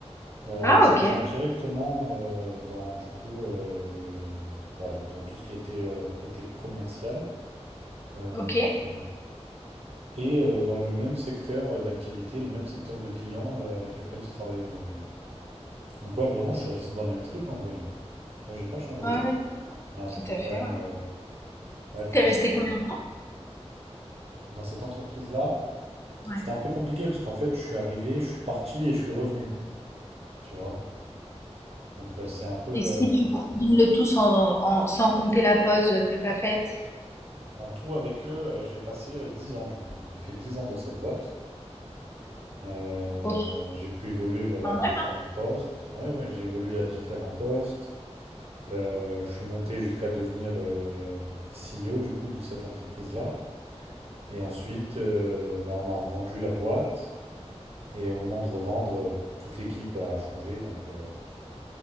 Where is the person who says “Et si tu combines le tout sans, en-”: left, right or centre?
Left